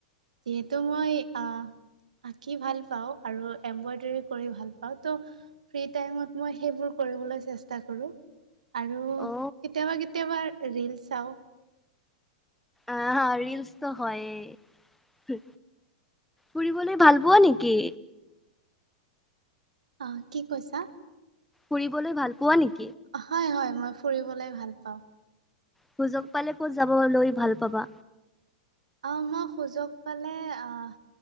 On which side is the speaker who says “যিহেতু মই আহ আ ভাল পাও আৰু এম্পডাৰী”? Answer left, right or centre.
Right